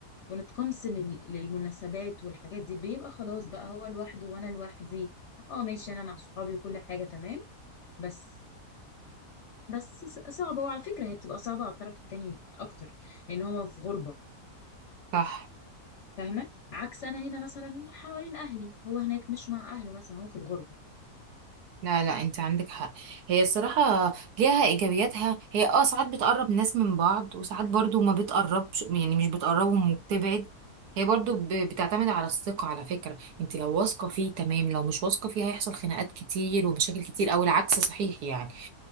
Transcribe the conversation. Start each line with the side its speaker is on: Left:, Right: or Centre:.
Left: ونتقمص لل- للمناسبات والحاجات دي بيبقى خلاص بقى هو لوحده وانا لوحدي اه ماشي انا مع صحابي وكل حاجة تمام بس بس صعبة وعلى فكرة هي بتبقى صعبة على الطرف التاني اكتر ان هو في غربة
Right: صح
Left: فاهمة عكس انا هنا مثلا حوالين اهلي هو هناك مش مع اهله مثلا هو في الغربة
Right: لا لا انت عندك حق هي الصراحة ليها ايجابياتها هي اه ساعات بتقرب ناس من بعض وساعات برضو ما بتقربش يعني مش بتقربهم وبتبعد هي برضو ب- بتعتمد على الثقة على فكرة انت لو واثقة فيه تمام لو مش واثقة فيه هيحصل خناقات كتير ومشاكل كتير او العكس صحيح يعني